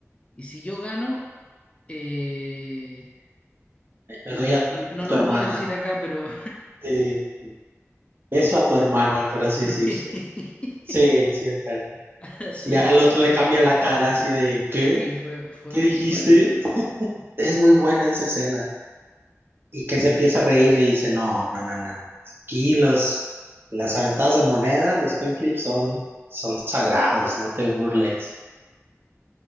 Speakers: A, on the left; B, on the right.
A: Y si yo gano... Eh,
B: Me
A: muchas
B: doy a
A: no, lo no lo
B: tu hermana.
A: puedo decir acá, pero
B: eh, beso a tu hermana, por así
A: <laughs> sí,
B: decirse. Sí, sí, acá.
A: <laughs> sí,
B: Y al otro
A: fue,
B: le cambia la cara así de,
A: sí,
B: ¿qué?
A: fue, fue
B: ¿Qué
A: muy
B: dijiste?
A: buena esa parte. Sí,
B: Es muy buena esa escena. Y que se empieza a reír, le dice, no, no, no, no. no. Aquí los, las aventadas de moneda, los coin flips son, son sagrados, no te burles.